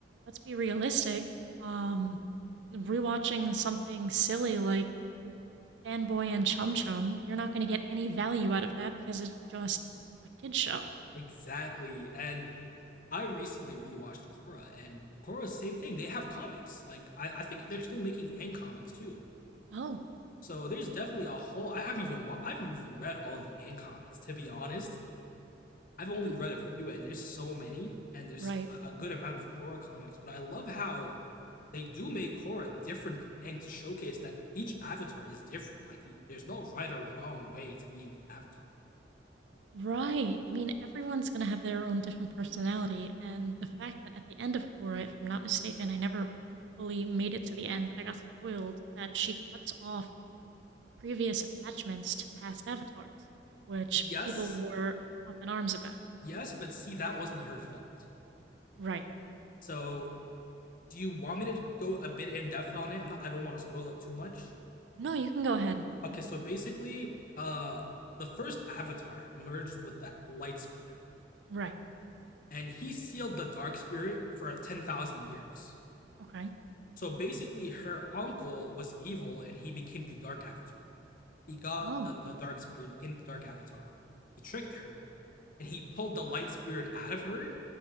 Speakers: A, on the right (about 70°); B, on the left (about 50°).
A: let's be realistic. Um rewatching something silly like Fanboy and Chum Chum, you're not going to get any value out of that because it's just a kids' show."
B: exactly. And I recently rewatched Korra, and Korra's same thing. They have comics. Like I, I think they're still making Ang comics too.
A: Oh,
B: So there's definitely a whole. I haven't even I haven't even read all the Ang comics to be honest. I've only
A: hmm,
B: read a few, and there's so many, and there's
A: right.
B: a good amount of Korra comics. But I love how they do make Korra different than Aang to showcase that each avatar is different. Like there's no right or wrong way to being the avatar.
A: Right. I mean, everyone's going to have their own different personality. And the fact that at the end of Korra, if I'm not mistaken, I never fully made it to the end, but I got spoiled that she cuts off previous attachments to past avatars, which
B: Yes,
A: people were up in arms about.
B: yes, but see that wasn't her fault.
A: Right.
B: So do you want me to go a bit in depth on it? I'm not I don't want to spoil it too much.
A: No, you can go ahead.
B: Okay, so basically, uh the first avatar merged with the light spirit
A: Right.
B: and he sealed the dark spirit for 10,000 years.
A: Okay.
B: So basically, her uncle was evil, and he became the Dark Avatar. He got
A: Oh.
B: the, the Dark Spirit, became the Dark Avatar. He tricked her, and he pulled the Light Spirit out of her